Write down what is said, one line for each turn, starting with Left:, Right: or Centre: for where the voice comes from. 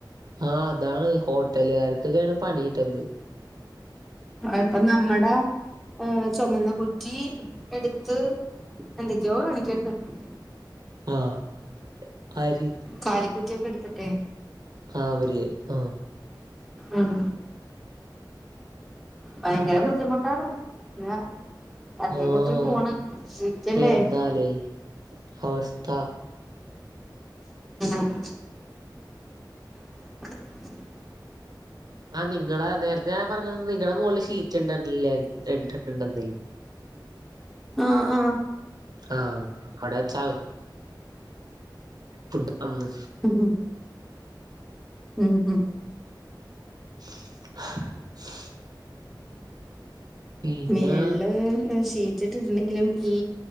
Right: ആഹ് അതാണ് ഹോട്ടലുകാർക്കൊക്കെയാണ് പണി കിട്ടണ്ത്
Centre: അപ്പൊ നമ്മുടെ ഏ ചുമന്ന കുറ്റി എടുത്ത് എന്തൊക്കെയോ <unintelligible>
Right: ആഹ് ആര്
Centre: കാലിക്കുറ്റിയൊക്കെ എടുത്തിട്ടേ
Right: ആ അവര് ആ
Centre: ഉം ഭയങ്കര ബുദ്ധിമുട്ടാണ് ന്നാ തട്ടിം
Right: ആഹ്
Centre: മുട്ടിം മ പോണ് ചിവിക്കേണ്ടേ
Right: എന്താലേ അവസ്ഥ
Centre: ഉം <inaudible>
Right: ആഹ് നിങ്ങള നേരത്തെ ഞാൻ പറഞ്ഞത് നിങ്ങളടെ മോളിൽ ഷീറ്റ് ഇണ്ടല്ലേ ഇട്ട്ടുണ്ടന്നല്ലേ
Centre: ആഹ് ആഹ്
Right: ആഹ് അവിടെവെച്ചാളാ ഫുഡ് അന്ന്
Centre: ഉം ഉം
Right: <inaudible> പിന്നെ
Centre: മേള്ല് ശീ വിരിച്ചിട്ടുണ്ടെങ്കിലും ഈ